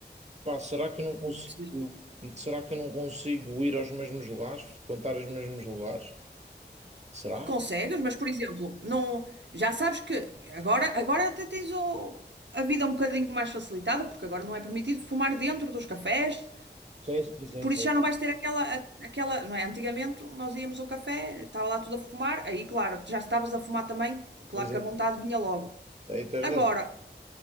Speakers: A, on the right (about 40°); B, on the right (about 80°).
A: Pá, será que eu não consigo,
B: Não preciso.
A: será que eu não consigo ir aos mesmos lugares, frequentar os mesmos lugares? Será?
B: Consegues, mas por exemplo, não, já sabes que agora, agora até tens o- a vida um bocadinho mais facilitada, porque agora não é permitido fumar dentro dos cafés,
A: Sim, sim, sim,
B: Por
A: sim.
B: isso já não vais ter aquela, a- aquela, não é? Antigamente nós íamos ao café, estava lá tudo a fumar, aí claro, tu já estavas a fumar também, claro
A: Exato.
B: que a vontade vinha logo.
A: Aí tens
B: Agora,
A: razão.